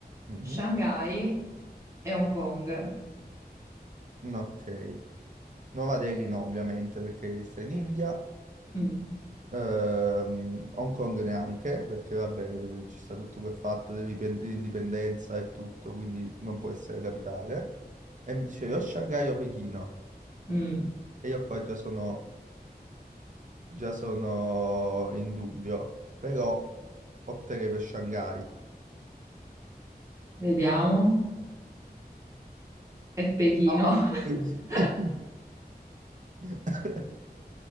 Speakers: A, on the right (about 50°); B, on the right (about 20°).
A: mm.
B: Shanghai e Hong Kong.
A: mm. Ok. Nuova Delhi no, ovviamente, perché sta in India.
B: Mm,
A: Ehm, Hong Kong neanche, perché vabbè, ci sta tutto quel fatto dell'indipen- dell'indipendenza e tutto, quindi non può essere capitale. E mi dicevi o Shanghai o Pechino.
B: mm,
A: E io qua già sono, già sono in dubbio, però opterei per Shanghai.
B: Vediamo. È Pechino.
A: No,
B: <laughs>
A: Pechino! <laughs>